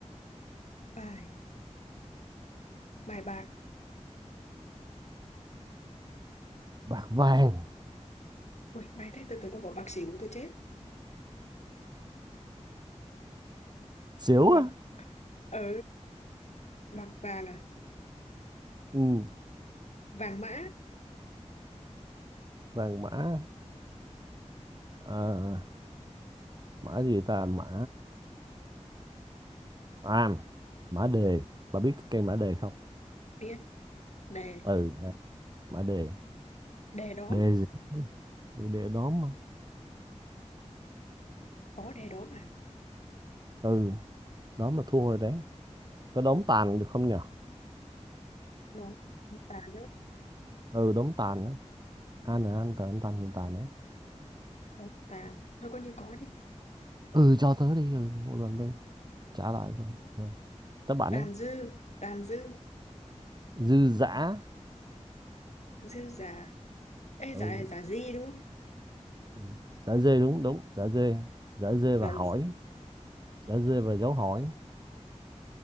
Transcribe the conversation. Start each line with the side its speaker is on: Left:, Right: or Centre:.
Left: Ai, bài bạc
Right: Bạc vàng,
Left: ui may thế tôi tưởng con bỏ bạc xỉu tôi chết
Right: xíu
Left: bạc
Right: á.
Left: ở bạc vàng à
Right: Ừ,
Left: vàng mã
Right: vàng mã ờ, mã gì ta? Mã à, mã đề. Bà biết cái cây mã đề không?
Left: biết đề
Right: Ừ, mã đề.
Left: đề đóm
Right: Đề gì? Đề đóm mà.
Left: có đề đóm à
Right: Ừ đó mà thua rồi đấy có đống tàn được không nhở
Left: đóm đóm tàn nữa
Right: ừ đống tàn đấy an là an tờ an tàn tàn tàn đấy
Left: đóm tàn thôi coi như có đi
Right: ừ cho tớ đi ừ, một lần đi trả lại rồi rồi các bạn
Left: tàn
Right: đấy
Left: dư tàn dư
Right: dư dã
Left: dư giả ê
Right: ừ.
Left: giả giả gì đúng không
Right: ừ. dã dê đúng đúng dã dê dã dê và
Left: giả
Right: hỏi dã dê và dấu hỏi